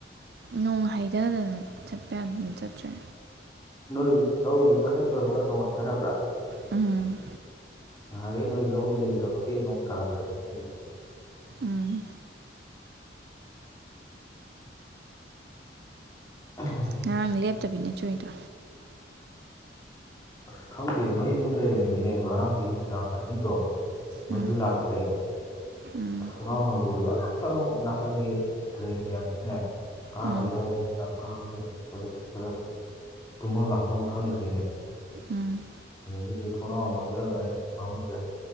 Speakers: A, on the right; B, on the left.
A: ꯅꯣꯡ ꯍꯩꯗꯗꯅ ꯆꯠꯄ ꯌꯥꯗꯗꯅ ꯆꯠꯇ꯭ꯔꯦ
B: ꯅꯣꯏ ꯂꯧ ꯂꯤꯡꯕ ꯍꯦꯛ ꯂꯣꯏꯕꯒ ꯅꯣꯡ ꯍꯩꯗꯔꯕ꯭ꯔꯥ
A: ꯎꯝ
B: ꯅꯍꯥꯟꯒꯩ ꯅꯣꯏ ꯂꯧ ꯂꯤꯡꯗꯕꯒꯤ ꯅꯣꯡ ꯇꯥꯔꯝꯗꯕꯅꯤꯅꯦ ꯑꯗꯨ
A: ꯎꯝ
B: ꯑꯣ
A: ꯉꯔꯥꯡ ꯂꯦꯞꯇꯕꯤꯅꯦꯆꯨꯏꯗꯣ
B: ꯑꯁ ꯈꯪꯗꯦ ꯃꯩ ꯃꯨꯠ ꯂꯩꯔꯝꯃꯤꯅꯤꯅꯦ ꯉꯔꯥꯡꯗꯤ ꯅꯨꯡꯗꯥꯡ ꯑꯍꯤꯡꯗꯣ ꯃꯩꯖꯨ
A: ꯎꯝ
B: ꯂꯥꯛꯇꯦ
A: ꯎꯝ
B: ꯊꯣꯡꯅꯥꯎ ꯍꯥꯡꯗꯣꯛꯑꯁꯨ ꯑ ꯅꯥꯀꯟꯒꯤ ꯇꯨꯔꯦꯟ ꯃꯌꯥꯝꯁꯤꯅꯅꯦ ꯀꯥꯡꯅ
A: ꯎꯝ
B: ꯌꯣꯝꯃꯕꯅꯤꯅ ꯀꯥꯡꯁꯤꯅ ꯆꯤꯛꯄꯗ ꯆꯤꯛꯄꯗ ꯇꯨꯝꯐꯝ ꯂꯥꯛꯐꯝ ꯈꯪꯗ꯭ꯔꯦꯅꯦ
A: ꯎꯝ
B: ꯑꯗꯒꯤꯗꯤ ꯊꯣꯡꯅꯥꯎ ꯂꯣꯟꯖꯤꯜꯂꯒꯅꯦ ꯃꯅꯨꯡꯗ